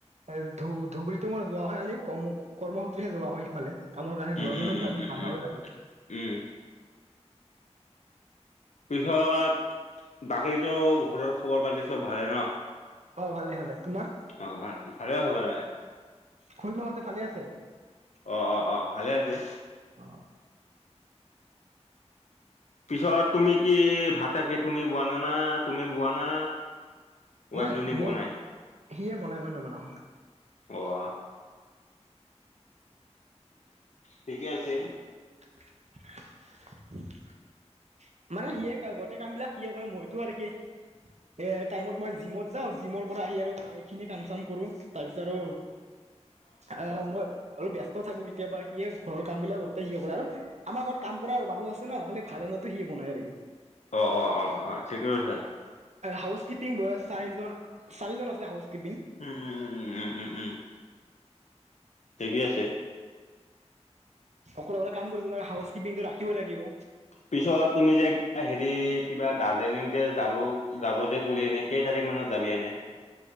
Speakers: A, on the right; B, on the left.
A: এ ধু ধুবুৰীতো মাৰ যোৱা হয় খালি কৰ্ম সূত্ৰে যোৱা হয় সেইফালে। কামৰ কাৰণে
B: উম,
A: যোৱাও
B: উম, উম, উম,
A: নাযাও
B: উম,
A: আৰু।
B: উম, পিছত বাকীটো ঘৰৰ খবৰ পাতি চব ভালে ন।
A: অ ভালে ভালে। তোমাৰ
B: অ ভাল ভালে হ'ব লাগে।
A: খুইমহতে ভালে আছে।
B: অ অ অ ভালে আছে।
A: অ
B: পিছত তুমি কি ভাতাকে তুমি বোৱা নানা তুমি বোৱা না।
A: নাই
B: ৱাইফ জোনে
A: মই
B: বনায়।
A: সিয়ে বনাই মই নবনাও।
B: অহ ঠিকে আছে।
A: <unintelligible> মানে সিয়ে গোটেই কাম বিলাক সিয়ে কৰে মইতো আৰু কি? এ টাইমত মই জিমত যাওঁ জিমৰ পৰা আহি আৰু এইখিনি কাম চাম কৰো তাৰ পিছত আৰু। অ মই অলপ ব্যস্ত ত থাকো কেতিয়াবা সিয়ে ঘৰ কাম বিলাক কৰোতে সিয়ে কৰে আৰু আমাৰ ঘৰত কাম কৰা আৰু মানুহ আছে ন খালি ভাত টো সি বনাই ৰেগি
B: অ অ অ অ ঠিকেই কৈছা।
A: হাউচ কিপিং ব চাৰিজন চাৰিজন আছে হাউচ। কিপিং
B: উম উম উম উম উম উম উম ঠিকেই আছে।
A: সকলোতে কাম কৰিব নোৱাৰাৰে হাউচ কিপিংটো ৰাখিবই লাগিব।
B: পিছত তুমি যে হেৰি কিবা দাৰ্জিলিং যে যাব যাব যে কলে এনে কেই তাৰিখ? মানত যাবি এনে,